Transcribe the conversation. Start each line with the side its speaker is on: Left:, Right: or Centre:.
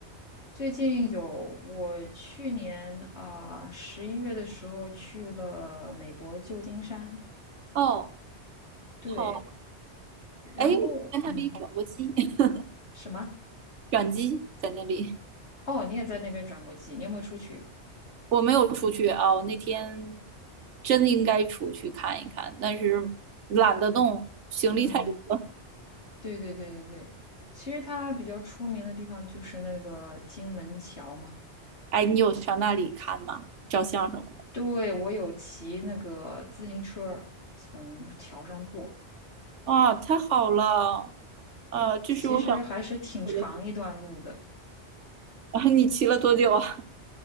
Left: 最近有我去年啊十一月的时候去了美国旧金山，
Right: 哦。
Left: 对，
Right: 好。
Left: 然后嗯，
Right: 哎，我在那里转过机，<laughs>
Left: 什么？
Right: 转机在那里，
Left: 哦，你也在那边转过机，你有没有出去？
Right: 我没有出去啊，我那天真应该出去看一看，但是懒得动，行李太多。
Left: 嗯。
Right: 了。
Left: 对对对对对，其实它比较出名的地方就是那个金门桥嘛。
Right: 哎，你有上那里看吗？照相什么的？
Left: 对，我有骑那个自行车儿从桥上过，
Right: 哇，太好了！呃，这是我想
Left: 其实还是挺长一段路的，
Right: 我的。<laughs> 啊，你骑了多久啊？